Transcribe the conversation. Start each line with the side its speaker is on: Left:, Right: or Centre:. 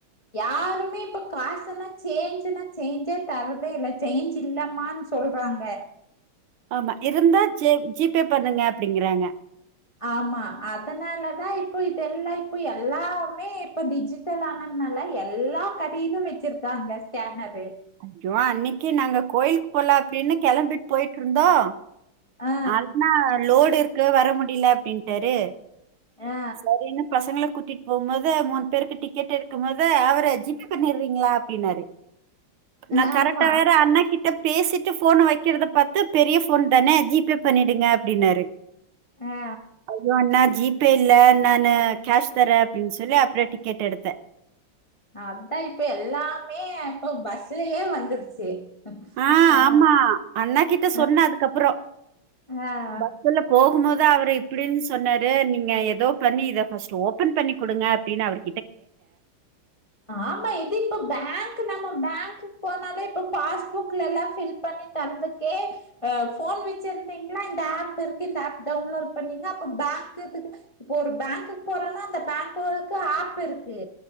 Left: யாருமே இப்ப காசல்லாம் சேஞ்சுன்னா சேஞ்சே தரதேயில்ல சேஞ்ச் இல்லமான்னு சொல்றாங்க
Right: ஆமா இருந்தா ஜெ ஜி பே பண்ணுங்க அப்டிங்குறாங்க
Left: ஆமா அதனாலதா இப்போ இதெல்லா இப்ப எல்லாமே இப்ப டிஜிட்டல் ஆனதுனால எல்லா கடையிலு வெச்சிருக்காங்க ஸ்கேனர்
Right: அச்சோ அன்னிக்கு நாங்க கோயில் போலா அப்டின்னு கெளம்பிட்டு போயிட்டுயிருந்தோம்
Left: ஆ,
Right: அண்ணா லோடு இருக்கு வர முடி இல்ல அப்டின்ட்டாரு
Left: ஆ,
Right: செரிங்க பசங்கள கூட்டிட்டு போம்போது மூணு பேருக்கு டிக்கெட் எடுக்கும்போது அவரு ஜி பே பண்ணிர்றீங்களா அப்டின்னாரு நா
Left: ஆமா.
Right: கரெக்டா வேற அண்ணா கிட்ட பேசிட்டு போன வெக்குறத பார்த்து பெரிய போன் தானே ஜி பே பண்ணிடுங்க அப்டின்னாரு
Left: ஆ.
Right: ஐயோ அண்ணா ஜி பே இப்ப இல்ல நா நானு கேஷ் தரேன் அப்படின்னு சொல்லி அப்புறம் டிக்கெட் எடுத்தேன்.
Left: அதான் இப்ப எல்லாமே இப்ப பஸ் லயே வந்துருச்சு
Right: ஆஹ்
Left: ஆ,
Right: ஆமா அண்ணா கிட்ட சொன்ன
Left: அ,
Right: அதுக்கப்புறோ
Left: ஆ.
Right: பஸ்ல போகும் போது அவர இப்டின்னு சொன்னாரு நீங்க ஏதோ பண்ணி இத ஃபர்ஸ்ட் ஓபன் பண்ணி கொடுங்க அப்டின்னு அவரு
Left: ஆமா இது இப்ப பேங்க் கு நம்ம பேங்கு போனாலே இப்ப பாஸ்புக் எல்லா பில் பண்ணி தந்துக்கே ஹ போன் வச்சிருந்தீங்களா இந்த ஆப் இருக்கு இந்த ஆப் டவுன்லோட் பண்ணீங்க அப்போ பேங்க் ஒரு பேங்க்க்கு போறோனா பேங்க்க்கு ஆப் இருக்கு